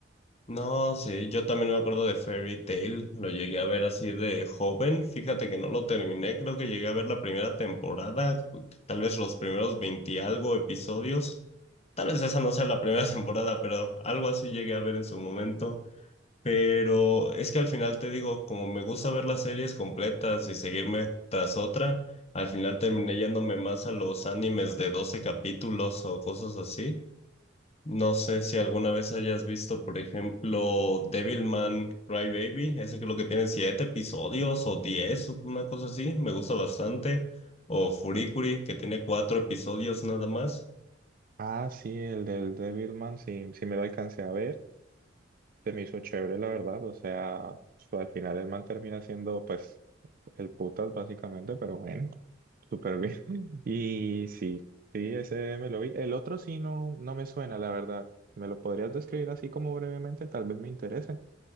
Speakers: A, on the left; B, on the right.
A: No, sí, yo también me acuerdo de Fairy Tail, lo llegué a ver así de joven, fíjate que no lo terminé, creo que llegué a ver la primera temporada, tal vez los primeros 20 y algo episodios, tal vez esa no sea la primera <laughs> temporada, pero algo así llegué a ver en su momento, pero es que al final te digo, como me gusta ver las series completas y seguirme tras otra, al final terminé yéndome más a los animes de 12 capítulos o cosas así. No sé si alguna vez hayas visto, por ejemplo, Devilman Crybaby, ese creo que tiene siete episodios o diez, o una cosa así, me gusta bastante. O Furikuri, que tiene cuatro episodios nada más.
B: Ah, sí, el del Devilman, sí, sí me lo alcancé a ver, se me hizo chévere, la verdad, o sea, su- al final el man termina siendo, pues, el putas básicamente, pero bueno, súper bien. <laughs> Y sí, sí, ese me lo vi. El otro sí no, no me suena, la verdad. ¿Me lo podrías describir así como brevemente? Tal vez me interese.